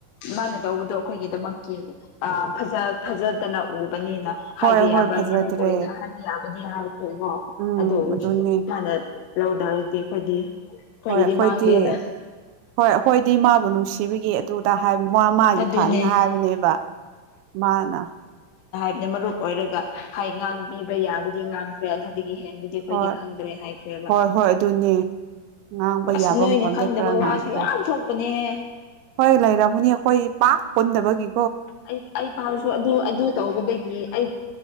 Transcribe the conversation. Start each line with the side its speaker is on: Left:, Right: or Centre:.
Left: ꯃꯥꯅ ꯇꯧꯕꯗꯣ ꯑꯩꯈꯣꯏꯒꯤꯗꯃꯛ ꯀꯤ ꯑ ꯐꯖ ꯐꯖꯗꯅ ꯎꯕꯅꯤꯅ
Right: ꯍꯣꯏ
Left: ꯍꯥꯏꯕ
Right: ꯍꯣꯏ
Left: ꯌꯥꯕ
Right: ꯐꯖꯗ꯭ꯔꯦ
Left: ꯃꯔꯨ ꯑꯣꯏꯅ <unintelligible> ꯅꯤ ꯀꯩꯅꯣ
Right: ꯎꯝ
Left: ꯑꯗꯣ ꯅꯨꯡꯁꯤ
Right: ꯑꯗꯨꯅꯦ
Left: ꯍꯥꯅꯥ ꯂꯧꯗꯔꯗꯤ ꯑꯩꯈꯣꯏꯗꯤ ꯑꯩꯈꯣꯏꯒꯤꯗꯤ
Right: ꯍꯣꯏ ꯑꯩꯈꯣꯏꯗꯤ
Left: ꯃꯥꯡꯗꯦꯅ
Right: ꯍꯣꯏ ꯑꯩꯈꯣꯏꯗꯤ ꯃꯥꯕꯨ ꯅꯨꯡꯁꯤꯕꯒꯤ ꯑꯗꯨꯗ ꯃꯥ ꯃꯥꯒꯤ
Left: ꯑꯗꯨꯅꯦ
Right: ꯐꯅ ꯍꯥꯏꯕꯅꯦꯕ ꯃꯥꯅ
Left: ꯅ ꯃꯔꯨꯞ ꯑꯣꯏꯔꯒ ꯍꯥꯏ ꯉꯥꯡꯕꯤ ꯑꯩ ꯌꯥꯕꯨꯗꯤ ꯉꯥꯡꯈ꯭ꯔꯦ ꯑꯗꯨꯗꯒꯤ ꯍꯦꯟꯕꯨꯗꯤ ꯑꯩꯈꯣꯏꯗꯤ
Right: ꯍꯣꯏ
Left: ꯈꯪꯗ꯭ꯔꯦ ꯍꯥꯏꯈ꯭ꯔꯦꯕ
Right: ꯍꯣꯏ ꯍꯣꯏ ꯑꯗꯨꯅꯦ ꯉꯥꯡꯕ
Left: ꯑꯁ
Right: ꯌꯥꯕ
Left: ꯅꯣꯏꯅ
Right: ꯃꯐꯝꯗ
Left: ꯈꯪꯗꯕ
Right: ꯈꯔ ꯉꯥꯡꯈ꯭ꯔꯦ
Left: ꯋꯥꯁꯨ ꯌꯥꯝ ꯊꯣꯛꯄꯅꯦꯍ
Right: ꯍꯣꯏ ꯂꯥꯏꯔ ꯑꯃꯅꯤꯅꯤ ꯑꯩꯈꯣꯏ ꯄꯥꯛ ꯄꯣꯟꯟꯗꯕꯒꯤ
Left: ꯑꯩ ꯑꯩ ꯐꯥꯎꯁꯨ ꯑꯗꯨ ꯑꯗꯨ ꯇꯧꯕꯗꯒꯤ ꯑꯩ